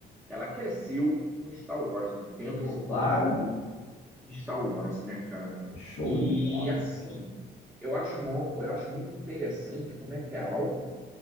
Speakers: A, in the centre; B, on the left.
A: Ela cresceu com Star Wars, né? Tendo
B: Pô,
A: esse pano
B: para,
A: de fundo de Star Wars, né, cara?
B: Show
A: E
B: de bola.
A: assim, eu acho, mó- eu acho muito interessante como é que é algo